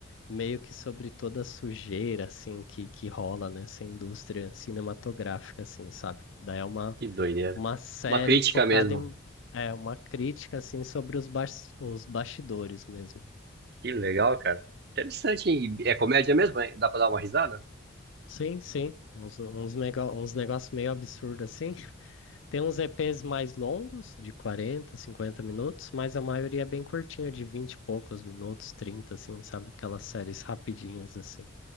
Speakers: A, on the left; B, on the right.
A: meio que sobre toda a sujeira, assim, que, que rola nessa indústria cinematográfica, assim, sabe? Daí é uma
B: Que doideira.
A: uma série
B: Uma crítica
A: focada
B: mesmo.
A: em é, uma crítica assim sobre os, bas- os bastidores mesmo.
B: Que legal, cara. Interessante, hein? É comédia mesmo, hein? Dá pra dar uma risada?
A: Sim, sim, uns, uns, nego- uns negócios meio absurdo assim. <laughs> Tem uns EPs mais longos, de 40 50 minutos, mas a maioria é bem curtinha, de 20 e poucos minutos, 30 assim, sabe? Aquelas séries rapidinhas assim.